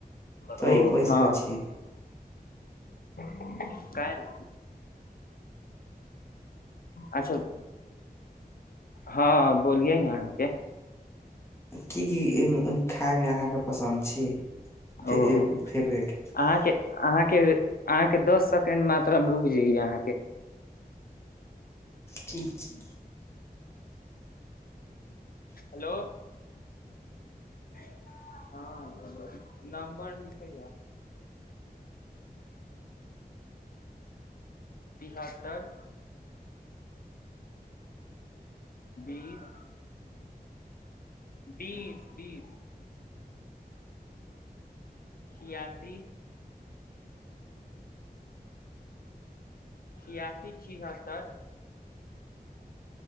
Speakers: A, on the left; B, on the left.
A: तऽ
B: ओ
A: ई कैसे
B: हँ
A: अछी
B: काइल अच्छा हँ बोलिय ने अहाँके
A: की की खाय मे अहाँके पसन्द छी फेल
B: ओ
A: फेवरेट
B: अहाँके अहाँके अहाँके दस सेकेंड मात्रामे रुकि जाइये अहाँके
A: ठीक छै
B: हेलो हाँ नंबर लिखल जा तिहत्तर बीस बीस बीस छियासी छियासी छिहत्तर